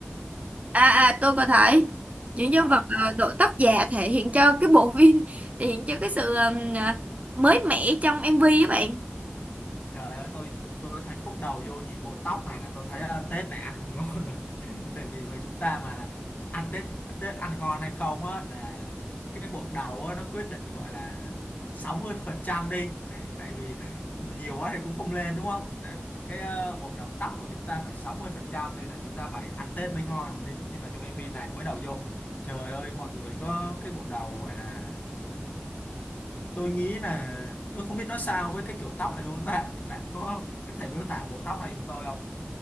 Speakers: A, on the right; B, on the left.
A: à à tôi có thấy những nhân
B: Ờ,
A: vật ờ, đội tóc giả thể hiện cho cái bộ phim <laughs> thể hiện cho cái sự ờm, ờ, mới mẻ trong MV á bạn
B: trời ơi tôi tôi thấy khúc đầu vô nhìn bộ tóc này là tôi thấy ờ, Tết này ăn không ngon rồi <laughs> tại vì với chúng ta mà ăn Tết Tết ăn ngon hay không á là cái bộ đầu á, nó quyết định gọi là 60 phần trăm đi <laughs> tại vì nhiều quá thì cũng không lên đúng không cái cái, ờ, bộ đầu tóc của chúng ta phải 60 phần trăm nên là chúng ta phải ăn Tết mới ngon nên nhưng mà trong MV này mới đầu vô trời ơi mọi người có cái bộ đầu gọi là tôi nghĩ là tôi không biết nói sao với cái kiểu tóc này luôn <laughs> bạn bạn có có thể miêu tả bộ tóc này giùm tôi không